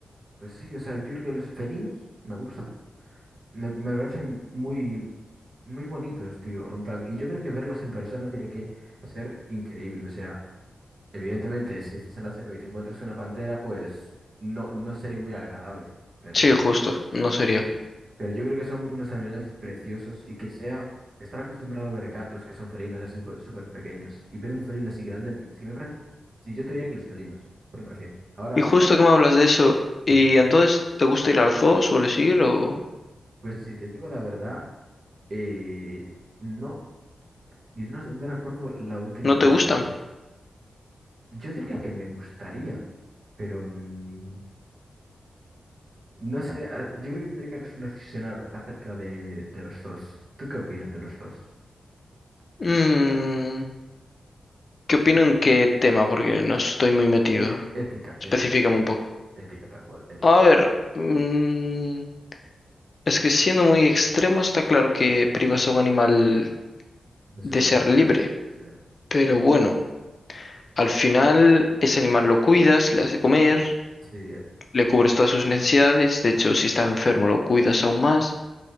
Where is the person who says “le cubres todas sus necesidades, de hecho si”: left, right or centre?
Left